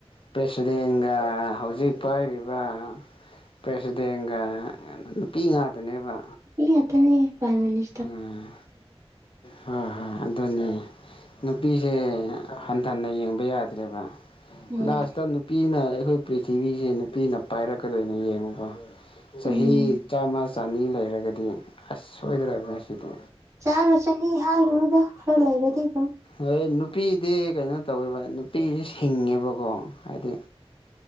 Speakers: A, on the left (about 55°); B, on the right (about 30°).
A: ꯄ꯭ꯔꯦꯁꯤꯗꯦꯟꯒ ꯍꯧꯖꯤꯛ ꯄꯥꯏꯔꯤꯕ ꯄ꯭ꯔꯦꯁꯤꯗꯦꯟꯒ ꯅꯨꯄꯤ ꯉꯥꯛꯇꯅꯦꯕ
B: ꯏ ꯉꯥꯛꯇꯅꯦ ꯄꯥꯏꯃꯤꯅꯤ
A: ꯎꯝ ꯍꯣꯏ ꯍꯣꯏ ꯑꯗꯨꯅꯦ ꯅꯨꯄꯤꯁꯦ ꯍꯟꯊꯟꯅ ꯌꯦꯡꯕ ꯌꯥꯗ꯭ꯔꯦꯕ
B: ꯍꯣꯏ
A: ꯂꯥꯁꯇ ꯅꯨꯄꯤꯅ ꯑꯩꯈꯣꯏ ꯄ꯭ꯔꯤꯊꯤꯕꯤꯁꯦ ꯅꯨꯄꯤꯅ ꯄꯥꯏꯔꯛꯀꯗꯣꯏꯅꯤ ꯌꯦꯡꯉꯨꯀꯣ ꯆꯍꯤ
B: ꯎꯝ
A: ꯆꯥꯝꯃ ꯆꯅꯤ ꯂꯩꯔꯒꯗꯤ ꯑꯁ ꯁꯣꯏꯗ꯭ꯔꯕꯅꯦ ꯁꯤꯗꯤ
B: ꯆꯥꯃ ꯆꯅꯤ ꯍꯥꯏꯒꯅꯨꯗ ꯈꯔ ꯂꯩꯔꯗꯤ ꯑꯗꯨꯝ
A: ꯑꯣꯏ ꯅꯨꯄꯤꯗꯤ ꯀꯩꯅꯣ ꯇꯧꯋꯦꯕ ꯅꯨꯄꯤꯁꯦ ꯁꯤꯡꯉꯦꯕꯀꯣ ꯍꯥꯏꯗꯤ